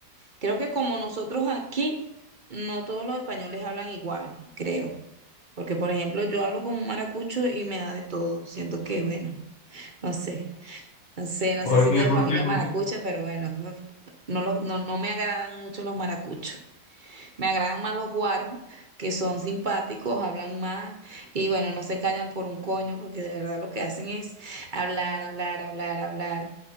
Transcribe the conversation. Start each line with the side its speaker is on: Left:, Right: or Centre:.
Right: creo que como nosotros aquí, no todos los españoles hablan igual, creo. Porque, por ejemplo, yo hablo con un maracucho y me da de todo. Siento que, bueno, no sé, no sé, no
Left: ¿Por
Right: sé si
Left: qué?
Right: tiene
Left: ¿Por
Right: familia
Left: qué? ¿Por
Right: maracucha,
Left: qué?
Right: pero bueno, no, los- no, no me agradan mucho los maracuchos. Me agradan más los guaros, que son simpáticos, hablan más y bueno, no se callan por un coño, porque de verdad lo que hacen es hablar, hablar, hablar, hablar.